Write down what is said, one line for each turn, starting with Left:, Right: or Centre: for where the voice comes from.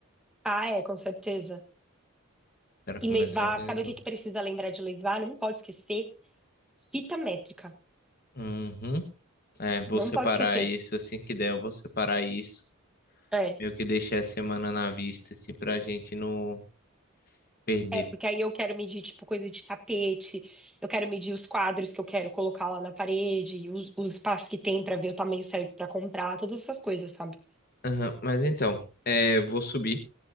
Centre: Ah, é, com certeza.
Left: para
Centre: E
Left: começar
Centre: levar,
Left: a organizar.
Centre: sabe o que que precisa lembrar de levar? Não pode esquecer. Fita métrica.
Left: Uhum. É, vou
Centre: Não
Left: separar
Centre: pode esquecer.
Left: isso assim que der, eu vou separar isso.
Centre: É.
Left: Meio que deixar a semana na vista, assim, pra gente não perder.
Centre: É, porque aí eu quero medir, tipo, coisa de tapete, eu quero medir os quadros que eu quero colocar lá na parede, o, o espaço que tem pra ver o tamanho certo pra comprar, todas essas coisas, sabe?
Left: Aham, Mas então, é, vou subir